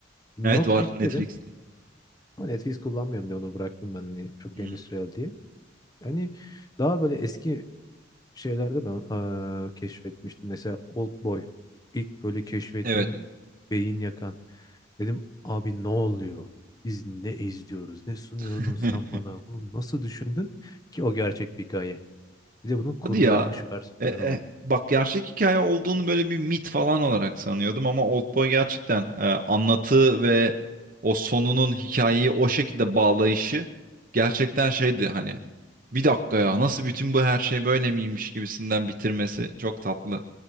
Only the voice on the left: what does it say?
not
ekledim.
Ama Netflix kullanmıyorum diye onu bıraktım ben. Hani çok
endüstriyel diye. Hani daha böyle eski şeylerde ben eee, keşfetmiştim. Mesela Oldboy. İlk böyle keşfettiğim
beyin yakan. Dedim abi ne oluyor? Biz ne izliyoruz? Ne sunuyordun
sen bana? Bunu nasıl düşündün ki o gerçek bir hikaye? Bir de bunun kurgulanmış
versiyonları
var.